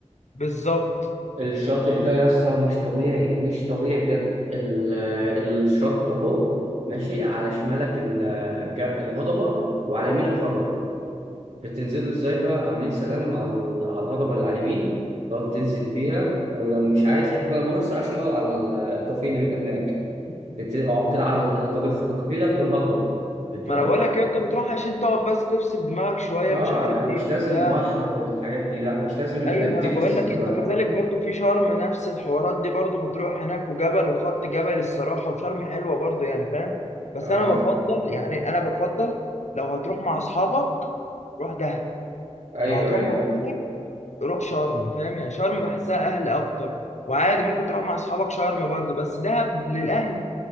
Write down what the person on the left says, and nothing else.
بالظبط
ما انا بقول لك انت بتروح عشان تقعد بس تفصل دماغك شويه
مش عارف
ايه
وبتاع
ايوه انا بقول
لك
انت كذلك برضو في شرم نفس الحوارات دي برضو بتروح هناك وجبل وخط جبل الصراحه وشرم حلوه برضو يعني فاهم بس
انا بفضل يعني انا بفضل لو هتروح مع اصحابك روح دهب
لو هتروح
مع
اهلك روح شرم فاهم يعني شرم بحسها اهل اكتر وعادي ممكن تروح مع اصحابك شرم برضو بس دهب للاهل